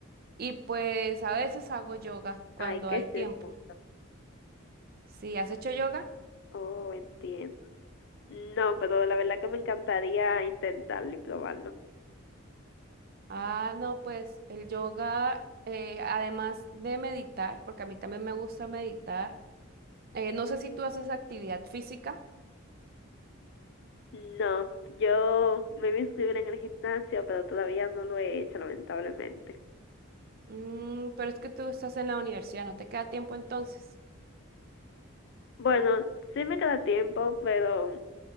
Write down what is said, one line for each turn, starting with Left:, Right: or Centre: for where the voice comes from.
Right: Y pues a veces hago yoga cuando
Left: ay, qué
Right: hay tiempo.
Left: chulo,
Right: ¿Sí has hecho yoga?
Left: oh, entiendo. No, pero la verdad que me encantaría intentarlo y probarlo.
Right: Ah, no, pues el yoga, eh, además de meditar, porque a mí también me gusta meditar, eh, no sé si tú haces actividad física,
Left: No, yo me voy a inscribir en el gimnasio, pero todavía no lo he hecho, lamentablemente.
Right: mm, pero es que tú estás en la universidad, no te queda tiempo entonces.
Left: Bueno, sí me queda tiempo, pero